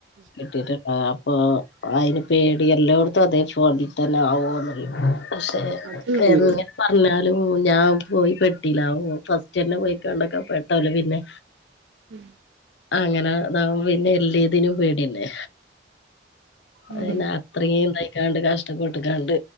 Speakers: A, on the left; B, on the right.
A: കിട്ടിട്ട്ണ്ടാക അപ്പൊ അയ്ന് പേടി എല്ലോട്ത്തും അതെ ഫോൺ തന്നെ ആവോ പക്ഷെ
B: അതൊന്നുല്ല
A: ക്കെ ങ്ങെ പർഞ് ന്നാലും ഞാൻ പോയി പെട്ടില ഫസ്റ്റന്നെ പോയികാണ്ടൊക്കെ പെട്ടാല് പിന്നെ
B: ഉം
A: അങ്ങനെതാവും പിന്നെ എല്ലെതിനും പേ പിന്നെ
B: ഉം
A: അയ്ന് അത്രേം ട്ടാണ്ട് കഷ്ടപ്പെട്ട്കാണ്ട്